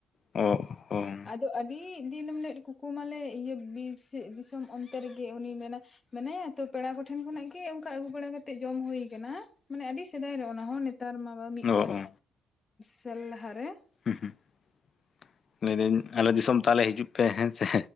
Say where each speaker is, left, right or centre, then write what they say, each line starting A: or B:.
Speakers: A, on the left; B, on the left.
A: ᱚ ᱦᱚ ᱾
B: ᱟᱫᱚ ᱟᱹᱰᱤ ᱫᱤᱱᱢ ᱠᱩᱠᱩᱢᱟᱞᱮ ᱤᱭᱟᱹ ᱵᱤᱨ ᱫᱤᱥᱚᱢ ᱚᱱᱛᱮ ᱨᱮᱜᱮ ᱩᱱᱤᱭ ᱢᱮᱱᱟ ᱢᱮᱱᱟᱭᱟ ᱛᱚ ᱯᱮᱲᱟ ᱠᱚᱴᱷᱮᱱ ᱠᱷᱚᱱᱟᱜ ᱜᱮ ᱚᱱᱠᱟ ᱟᱹᱜᱩ ᱵᱟᱲᱟ ᱠᱟᱛᱮᱜ ᱡᱚᱢ ᱦᱩᱭ ᱠᱟᱱᱟ ᱾ ᱢᱟᱱᱮ ᱟᱹᱰᱤ ᱥᱮᱫᱟᱭ ᱨᱮ ᱚᱱᱟ ᱦᱚᱸ ᱱᱮᱛᱟᱨ ᱢᱟ ᱢᱤᱫ
A: ᱚ
B: ᱵᱟᱨ
A: ᱚ
B: ᱥᱮᱞ ᱞᱟᱦᱟᱨᱮ ᱾
A: ᱦᱩᱸ ᱦᱩᱸ ᱞᱟᱹᱭᱫᱟᱹᱧ ᱟᱞᱮ ᱫᱤᱥᱚᱢ ᱛᱟᱦᱚᱞᱮ ᱦᱤᱡᱩᱜ ᱯᱮ ᱦᱮᱸ ᱥᱮ